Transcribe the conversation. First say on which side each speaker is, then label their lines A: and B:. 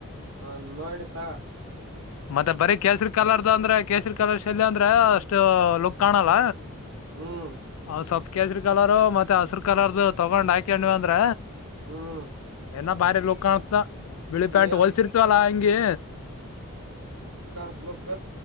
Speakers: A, on the right (about 60°); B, on the left (about 70°).
A: ಹ ನೋಯಣ ತ
B: ಮತ್ತೆ ಬರಿೀ ಕೇಸರಿ ಕಲರ್ದ ಅಂದ್ರೆ ಕೇಸರಿ ಕಲರ್ ಶಲ್ ಅಂದ್ರೆ ಅಷ್ಟು ಲುಕ್ ಕಾಣಲ್ಲ
A: ಹ್ಮ್
B: ಅ ಸೊಪ್ಪ ಕೇಸರಿ ಕಲರು ಮತ್ತೆ ಹಸರು ಕಲರ್ದು ತಗೊಂಡ್ ಹಾಕಂಡಿವ ಅಂದ್ರ
A: ಹ್ಮ್
B: ಏನ ಬಾರಿ ಲೋಕಾಣತ ಬಿಳಿಪ್ಯಾಂಟ್
A: ನೀ
B: ಹೊಲ್ಸಿರ್ತವಲ್ಲ ಹಂಗೆ
A: ಕ್